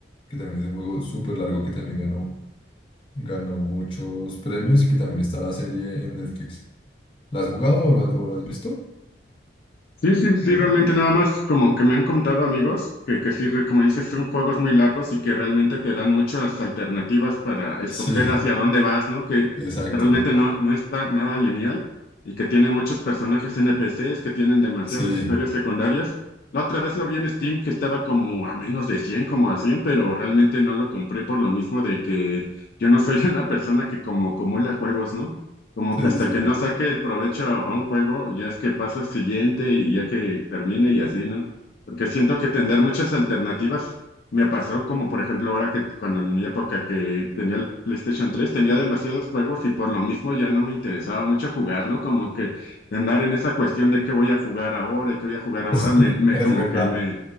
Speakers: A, on the left (about 25°); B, on the left (about 50°).
A: que también es un juego súper largo que también ganó, ganó muchos premios y que también está la serie en Netflix. ¿La has jugado o lo, has o lo has visto?
B: Sí, sí, sí,
A: De-
B: realmente nada más como que me han contado amigos que, que sí, re- como dices, son juegos muy largos y que realmente te dan muchas alternativas para escoger
A: Sí,
B: hacia dónde vas, ¿no? Que,
A: exacto.
B: que realmente no, no está nada lineal y que tiene muchos personajes NPCs que tienen demasiadas
A: Sí,
B: historias secundarias. La otra vez lo vi en Steam que estaba como a menos de cien como a 100, pero realmente no lo compré por lo mismo de que yo no soy <laughs> una persona que como acumula juegos, ¿no? Como
A: sí,
B: que
A: sí,
B: hasta
A: sí.
B: que no saque el provecho a a un juego, ya es que pasa al siguiente y ya que termine y así, ¿no? Porque siento que tener muchas alternativas me pasó, como por ejemplo ahora que cuando en mi época que tenía el PlayStation tres tenía demasiados juegos y por lo mismo ya no me interesaba mucho jugar, ¿no? Como que andar en esa cuestión de qué voy a jugar ahora y qué voy a jugar ahora,
A: <laughs>
B: me, me
A: Es
B: como
A: verdad.
B: que me,